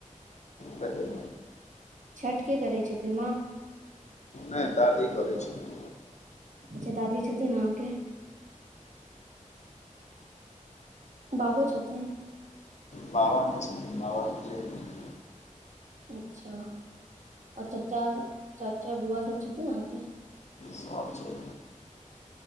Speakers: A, on the left; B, on the right.
A: कथी
B: छठ के करै छथिन माँ?
A: नै दादी करइ छथि।
B: अच्छा दादी छथिन अहाँके। बाबो छथिन
A: बाबा नै छथिन बाबा गुजैर गेल छथिन।
B: अच्छा और चच्चा चाचा बुआ सब छथिन अहाँके?
A: सब छै।